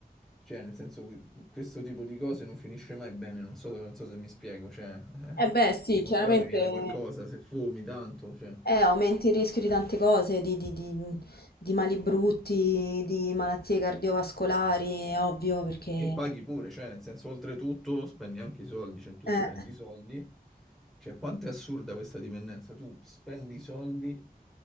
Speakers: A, in the centre; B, on the left.
A: cioè, nel senso, que- questo tipo di cose non finisce mai bene, non so, non so se mi spiego, cioè, <laughs> eh,
B: Eh beh, sì,
A: prima
B: chiaramente
A: o poi mi viene qualcosa, se fumi tanto, cioè.
B: Eh, aumenti il rischio di tante cose, di, di- di- di mali brutti, di malattie cardiovascolari, è ovvio, perché...
A: E paghi pure, cioè, nel senso, oltretutto spendi anche i soldi, cioè tu
B: Eh,
A: spendi i soldi Cioè, quanto è assurda questa dipendenza? Tu spendi soldi